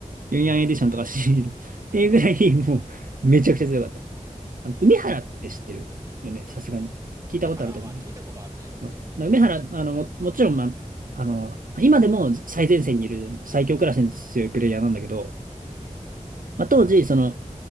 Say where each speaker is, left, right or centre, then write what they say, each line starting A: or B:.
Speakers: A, on the right (about 80°); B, on the right (about 25°).
A: ユンヤンエディションとか CD とか。
B: <laughs>。
A: っていうぐらい、
B: なるほどね。
A: もう、めちゃくちゃ強かった。
B: うん。
A: あの梅原って知ってるよね、さすがに。聞いたことあると思うね。
B: 梅原はまあ聞いたことあるね。
A: そうな梅原、あの、も、もちろん、まあ、あの、今でも最前線にいる最強クラスに強いプレイヤーなんだけど、
B: うん。
A: まあ、当時、その、